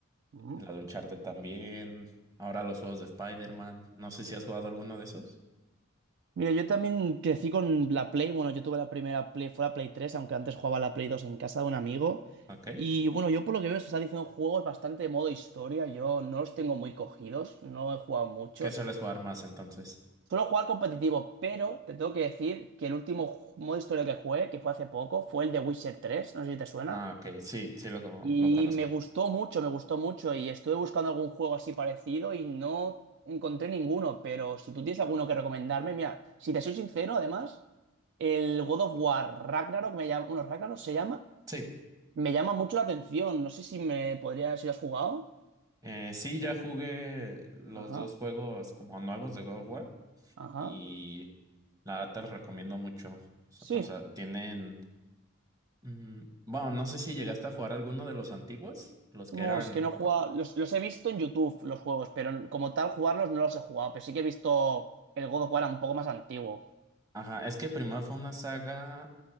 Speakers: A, on the right (about 55°); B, on the right (about 15°).
A: ujú.
B: la de Uncharted también, ahora los juegos de Spider-Man. No sé si has jugado alguno de esos.
A: Mira, yo también crecí con la Play. Bueno, yo tuve la primera Play, fue la Play 3, aunque antes jugaba la Play 2 en casa de un amigo.
B: Ok.
A: Y bueno, yo por lo que veo, se está diciendo juegos bastante de modo historia. Yo no los tengo muy cogidos, no he jugado muchos.
B: ¿Qué sueles jugar más entonces?
A: Suelo jugar competitivo, pero te tengo que decir que el último ju- modo historia que jugué, que fue hace poco, fue el de Witcher tres. No sé si te suena.
B: Ah, ok, sí, sí lo,
A: Y
B: lo conozco.
A: me gustó mucho, me gustó mucho. Y estuve buscando algún juego así parecido y no encontré ninguno. Pero si tú tienes alguno que recomendarme, mira, si te soy sincero, además, el God of War Ragnarok me llama, bueno, Ragnarok se llama,
B: Sí.
A: me llama mucho la atención. No sé si me podría, si lo has jugado.
B: Eh, sí, ya jugué los
A: Ajá,
B: dos juegos como nuevos de God of War
A: ajá.
B: y la verdad te los recomiendo mucho. So-
A: Sí.
B: O sea, tienen... mm, bueno, no sé si llegaste a jugar alguno de los antiguos, los que
A: No,
B: eran...
A: es que no he jugado.
B: co-
A: Los, los he visto en YouTube, los juegos, pero como tal, jugarlos no los he jugado. Pero sí que he visto el God of War un poco más antiguo.
B: Ajá, es que primero fue una saga